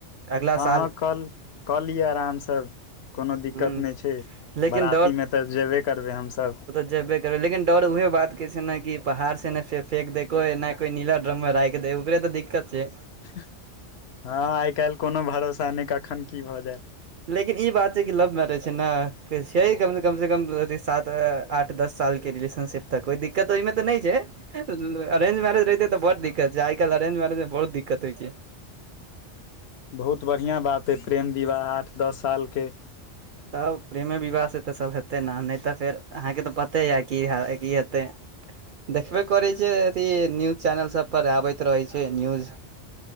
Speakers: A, on the right (about 60°); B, on the left (about 65°).
A: अगला
B: हँ
A: साल
B: हँ कल कऽ लिय अरामसब। कोनो दिक्कत
A: हूँ
B: नइ छै
A: लेकिन
B: बरातीमे तऽ जेबे करबै हमसब।
A: जैबे करबै लेकिन। डर उहे बात के छै न कि पहाड़ से नै फे फेक दै कोइ नै कोइ नीला ड्रममे राखि दै ओकरे तऽ दिक्कत छै।
B: हँ आइ काल्हि कोनो भरोसा नहि कखन की भऽ जाय।
A: लेकिन ई बात छै कि लव मैरेज छै न छै कम से कम से कम अथी सात आठ दस सालके रिलेशन। शिप तक कोइ दिक्कत ओइमे तऽ नै छै। <unintelligible> अरेंज मैरेज रहिते तऽ बड्ड दिक्कत छै आइ काल्हि अरेंज मैरेजमे बहुत दिक्कत होइ छै।
B: बहुत बढ़िआँ बात अइ प्रेम विवाह आठ दस सालके।
A: तब प्रेमे विवाह से तऽ सभ हेतय न नहि तऽ फेर अहाँके तऽ पते या की हा की हेतै। देखबे करै छियै अथी न्यूज चैनल सभ पर आबैत रहैत छै न्यूज।